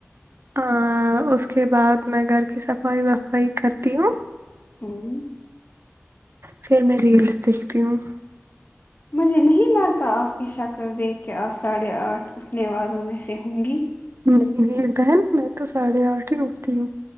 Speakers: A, on the right; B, on the left.
A: ہاں اس کے بعد میں گھر کی صفائی وفائی کرتی ہوں
B: ہمم
A: پھر میں ریلس دیکھتی ہوں
B: مجھے نہیں لگتا آپ کی شکل دیکھ کے آپ ساڑھے آٹھ اٹھنے والوں میں سے ہوں گی
A: نہیں نہیں بہن میں تو ساڑھے آٹھ ہی اٹھتی ہوں